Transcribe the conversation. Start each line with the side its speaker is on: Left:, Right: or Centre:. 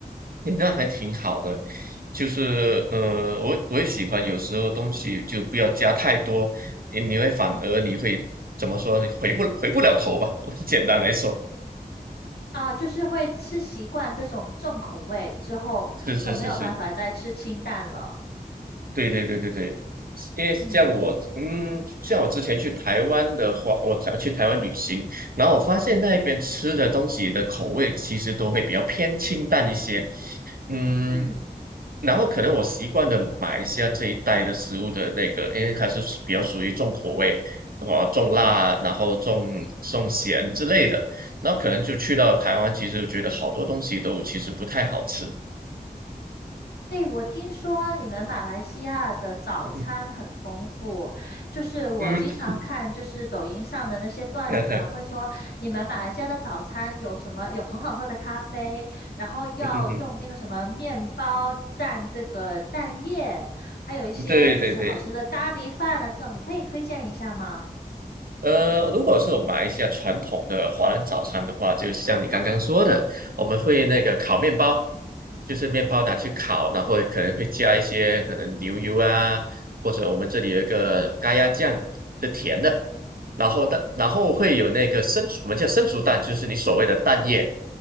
Right: 诶那还挺好的，就是呃，我我也喜欢有时候东西就不要加太多，你你会反而你会怎么说你回不回不了头吧？<laughs> 简单来说，
Left: 啊，就是会吃习惯这种重口味之后，
Right: 是是是是。
Left: 就没有办法再吃清淡了，
Right: 对对对对对，因为像我，
Left: 嗯
Right: 嗯，像我之前去台湾的话，我才去台湾旅行，然后我发现那边吃的东西的口味其实都会比较偏清淡一些，嗯，
Left: 嗯
Right: 然后可能我习惯的马来西亚这一带的食物的那个，因为它是属比较属于重口味，哇，重辣，
Left: 嗯。
Right: 然后重重咸之类的，然后可能就去到台湾，其实我觉得好多东西都其实不太好吃，
Left: 哎，我听说你们马来西亚的早餐很丰富，
Right: <laughs>
Left: 就是我经常看就是抖音上的那些段子啊，
Right: 嗯 <laughs> 嗯哼，
Left: 会说你们马来西亚的早餐有什么，有很好喝的咖啡，然后要用那个什么面包蘸这个蛋液，
Right: 嗯，
Left: 还有一些就是好吃的咖喱饭啊，
Right: 对对对，
Left: 这种你可以推荐一下吗？
Right: 呃，如果是我们马来西亚传统的华人早餐的话，就像你刚刚说的，我们会那个烤面包，就是面包拿去烤，然后可能会加一些可能牛油啊，或者我们这里有一个咖椰酱的甜的，然后的然后会有那个生熟，我们叫生熟蛋，就是你所谓的蛋液，